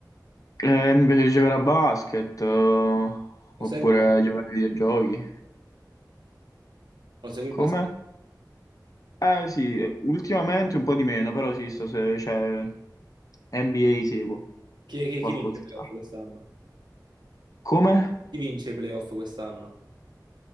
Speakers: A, on the left; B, on the right.
A: Eh, mi piace giocare a basket, eh,
B: Lo
A: oppure
B: segui il, ba-
A: giocare ai videogiochi.
B: lo segui il
A: Come?
B: basket?
A: Eh sì, eh, ultimamente un po' di meno, però sì, sto se c'è NBA seguo
B: Chi, chi-
A: qualcosina.
B: chi vince i playoff quest'anno?
A: Come?
B: Chi vince i playoff quest'anno?